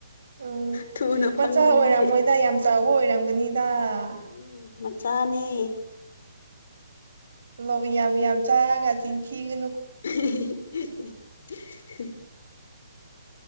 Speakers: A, on the right (about 70°); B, on the left (about 55°).
A: ꯎꯝ
B: ꯊꯨꯅ
A: ꯃꯆꯥ
B: ꯐꯪꯅꯤꯡꯕꯒꯤ
A: ꯑꯣꯏꯔꯝꯃꯣꯏꯗ ꯌꯥꯝ ꯆꯥꯎꯕ ꯑꯣꯏꯔꯝꯒꯅꯤꯗ
B: ꯎꯝ ꯃꯆꯥꯅꯤ
A: ꯂꯋ ꯌꯥꯝ ꯌꯥꯝ ꯆꯥꯒꯒꯥ ꯆ ꯊꯤꯒ
B: <unintelligible>